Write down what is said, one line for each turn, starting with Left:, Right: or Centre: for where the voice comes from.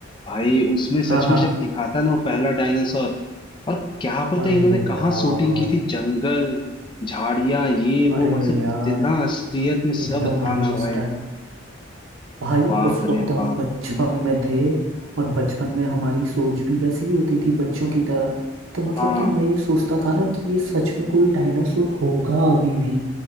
Left: भाई उसमें सच
Right: हाँ हाँ
Left: में जब दिखाता ना वो पहला डायनासोर और क्या पता
Right: अरे
Left: इन्होंने कहाँ
Right: यार
Left: शूटिंग की थी जंगल झाड़ियां ये वो
Right: अरे
Left: मतलब
Right: यार
Left: इतना असलियत में सब
Right: एकदम
Left: था
Right: रियलिस्ट
Left: ना भाई
Right: भाई
Left: बाप
Right: उस वक्त
Left: रे
Right: हम
Left: बाप
Right: बचपन में थे और बचपन में हमारी सोच भी वैसी ही होती थी बच्चों की तरह तो मतलब
Left: हाँ
Right: कि मैं ये सोचता था ना कि ये सच में कोई डायनासोर होगा अभी भी